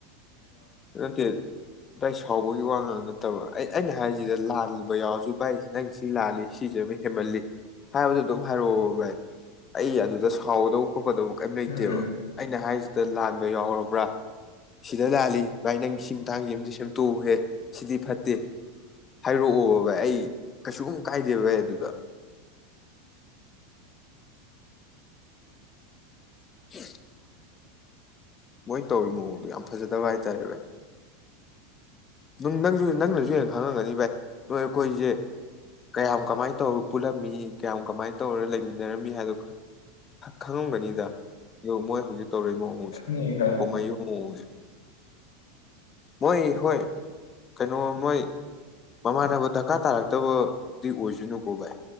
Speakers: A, on the left; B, on the left.
A: ꯅꯠꯇꯦ ꯑꯗꯨ ꯚꯥꯏ ꯁꯥꯎꯕꯒꯤ ꯋꯥ ꯉꯥꯡ ꯅꯠꯇꯕ ꯑꯩ ꯑꯩꯅ ꯍꯥꯏꯔꯤꯁꯤꯗ ꯂꯥꯟꯕ ꯌꯥꯎꯔꯁꯨ ꯚꯥꯏ ꯅꯪ ꯁꯤ ꯂꯥꯜꯂꯤ ꯁꯤꯁꯦ ꯑꯃ ꯍꯦꯃꯜꯂꯤ ꯍꯥꯏꯕꯗꯨꯣ ꯑꯗꯨꯝ ꯍꯥꯏꯔꯛꯑꯣꯕ ꯚꯥꯏ ꯑꯩ ꯑꯗꯨꯗ ꯁꯥꯎꯒꯗꯧꯕ ꯈꯣꯠꯀꯗꯧꯕ ꯀꯔꯤꯝ ꯂꯩꯇꯦꯕ
B: ꯎꯝ
A: ꯑꯩꯅ ꯍꯥꯏꯔꯤꯁꯤꯗ ꯂꯥꯟꯕ ꯌꯥꯎꯔꯕ꯭ꯔꯥ ꯁꯤꯗ ꯂꯥꯜꯂꯤ ꯚꯥꯏ ꯅꯪ ꯁꯤ ꯇꯥꯡꯁꯤ ꯑꯃꯗ ꯁꯦꯝꯇꯣꯛꯎꯍꯦ ꯁꯤꯗꯤ ꯐꯠꯇꯦ ꯍꯥꯏꯔꯛꯑꯣꯕ ꯚꯥꯏ ꯑꯩ ꯀꯩꯁꯨ ꯀꯨꯝ ꯀꯥꯏꯗꯦ ꯚꯥꯏ ꯑꯗꯨꯗ <unintelligible> ꯃꯣꯏ ꯇꯧ ꯃꯑꯣꯡꯗꯣ ꯌꯥꯝ ꯐꯖꯗꯕ ꯍꯥꯏꯇꯥꯔꯦ ꯚ ꯅꯪ ꯅꯪꯁꯨ ꯅꯪꯅꯁꯨ ꯍꯦꯟꯅ ꯈꯪꯉꯝꯒꯅꯤ ꯚꯥꯏ ꯅꯣꯏ ꯑꯩꯈꯣꯏꯁꯦ ꯀꯌꯥꯝ ꯀꯃꯥꯏꯅ ꯇꯧꯔ ꯄꯨꯜꯂꯝꯃꯤ ꯀꯌꯥꯝ ꯀꯃꯥꯏꯅ ꯇꯧꯔ ꯂꯩꯃꯤꯟꯅꯔꯝꯃꯤ ꯍꯥꯏꯗꯣ ꯈꯪꯉꯝꯒꯅꯤꯗ ꯑꯗ ꯃꯣꯏ ꯍꯧꯖꯤꯛ ꯇꯧꯔꯛꯏꯅꯣ
B: ꯈꯪꯉꯤ ꯈꯪꯉꯤ
A: ꯍꯃꯌꯨ ꯍꯧꯁꯦ ꯃꯣꯏ ꯍꯣꯏ ꯀꯩꯅꯣ ꯃꯣꯏ ꯃꯃꯥꯟꯅꯕ ꯗꯔꯀꯥꯔ ꯇꯥꯔꯛꯇꯕꯗꯤ ꯑꯣꯏꯁꯅꯨꯀꯣ ꯚꯥꯏ